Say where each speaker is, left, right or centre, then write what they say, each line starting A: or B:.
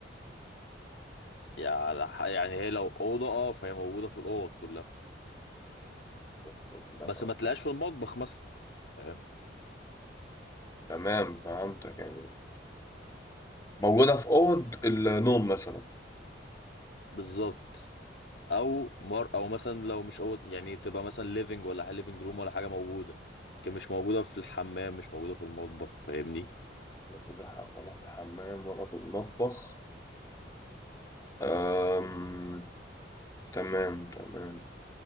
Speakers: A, on the left; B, on the left.
A: يعني يعني هي لو اوضه اه فهي موجوده في الاوض كلها
B: كلها
A: بس ما تلاقيهاش في المطبخ مثلا فاهم
B: تمام فهمتك يعني موجودة في أوض النوم مثلا
A: بالظبط او مر او مثلا لو مش أوض يعني تبقى مثلا ليفنج ولا حاجه ليفنج روم ولا حاجه موجوده لكن مش موجوده في الحمام مش موجوده في المطبخ فاهمني
B: موجودة ح- ولا في الحمام ولا في المطبخ أم... تمام تمام